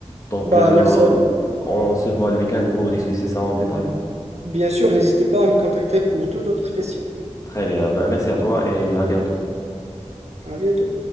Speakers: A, on the left (about 30°); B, on the right (about 65°).
A: Donc,
B: Bah,
A: euh,
B: merci à vous.
A: on se voit le week-end pour discuter ça en détail.
B: Bien sûr, n'hésitez pas à me contacter pour toute autre question.
A: Très bien. Ben, merci à toi et à bientôt.
B: À bientôt.